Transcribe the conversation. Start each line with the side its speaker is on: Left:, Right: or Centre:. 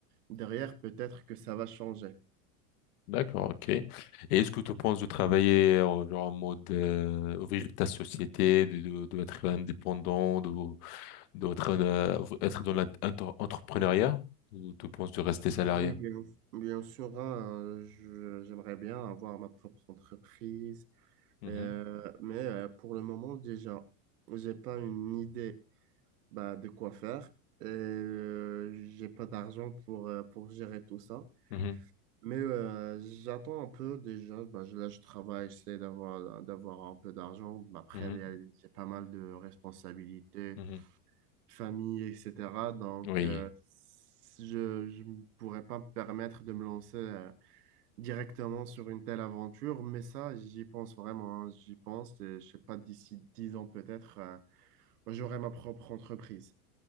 Right: derrière, peut-être que ça va changer.
Left: D'accord, ok. Et est-ce que tu penses de travailler euh, genre en mode euh, ouvrir ta société, de, de, de être indépendant, de, d'autres euh, être dans l'entrepreneuriat ou tu penses de rester salarié?
Right: Oui, bien, bien sûr, hein, euh, je- j'aimerais bien avoir ma propre entreprise,
Left: Mhm,
Right: euh, mais euh, pour le moment, déjà, j'ai pas une idée bah, de quoi faire et euh, j'ai pas d'argent pour, euh, pour gérer tout ça.
Left: mhm,
Right: Mais euh, j'attends un peu déjà. Bah, je- là, je travaille, j'essaie d'avoir d'avoir un peu d'argent. Bah, Après,
Left: mhm,
Right: il y a, il y a pas mal de responsabilités,
Left: mhm.
Right: famille, etc. Donc,
Left: Oui.
Right: euh, si je je ne pourrais pas me permettre de me lancer euh, directement sur une telle aventure. Mais ça, j'y pense vraiment. hein. J'y pense. Et, je sais pas, d'ici 10 ans peut-être, euh, moi, j'aurai ma propre entreprise.